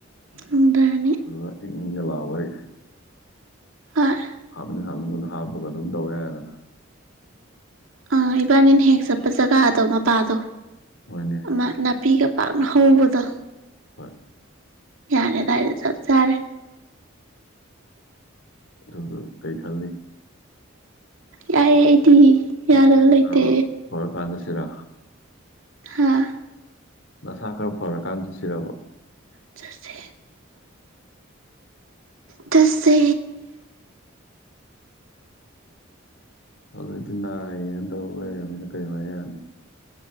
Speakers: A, on the right; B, on the left.
A: ꯅꯨꯡꯗꯥꯡꯅꯤ
B: ꯑꯗꯨꯗꯨꯒ ꯏꯪ ꯏꯪꯒ ꯂꯥꯎꯒꯩ
A: ꯍꯣꯏ
B: ꯍꯥꯞꯅꯤꯡ ꯍꯥꯞꯅꯤꯡꯕꯗꯣ ꯍꯥꯞ ꯄꯥꯒ ꯑꯗꯨꯝ ꯇꯧ ꯌꯥꯔꯦꯗꯅ
A: ꯑꯥ ꯏꯕꯥꯅꯤꯅ ꯍꯦꯛ ꯆꯠꯄ ꯖꯒꯥꯗꯣ ꯃꯄꯥꯗꯣ
B: ꯍꯣꯏꯅꯦ
A: ꯑꯃ ꯅꯥꯞ ꯄꯤꯒ ꯄꯥꯛꯅ ꯍꯧꯕꯗꯣ
B: ꯍꯣꯏ
A: ꯌꯥꯔꯦ ꯑꯗꯥꯏꯗ ꯆꯞ ꯆꯥꯔꯦ
B: ꯑꯗꯨꯗꯣ ꯀꯩ ꯈꯜꯂꯤ
A: ꯌꯥꯏꯌꯦ ꯑꯩꯗꯤ
B: <unintelligible>
A: ꯌꯥꯗꯕ ꯂꯩꯇꯦ
B: ꯆꯠꯁꯤꯔꯣ
A: ꯍꯥꯥ
B: ꯅꯁꯥ ꯈꯔ ꯐꯔꯀꯥꯟ ꯆꯠꯁꯤꯔꯕ
A: ꯆꯠꯁꯦ ꯆꯠꯁꯦ
B: ꯍꯧꯖꯤꯛꯇꯤ ꯅꯥꯌꯦꯅ ꯇꯧ ꯂꯩꯔꯕꯅꯤꯅ ꯀꯩꯃꯥꯏ ꯌꯥꯅꯤ